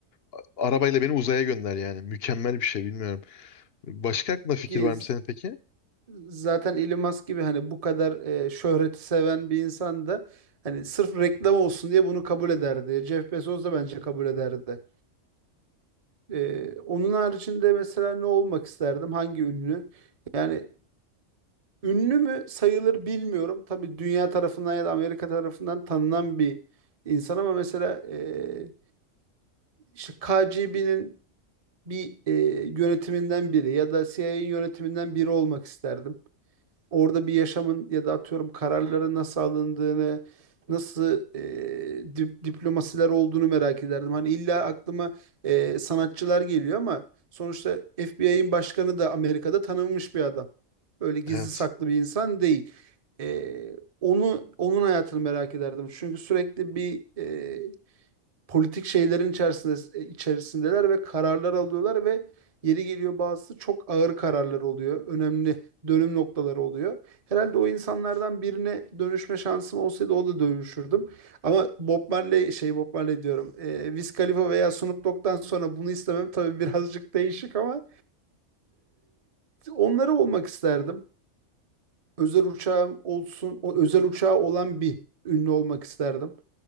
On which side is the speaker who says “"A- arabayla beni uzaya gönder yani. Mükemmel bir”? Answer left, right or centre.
Left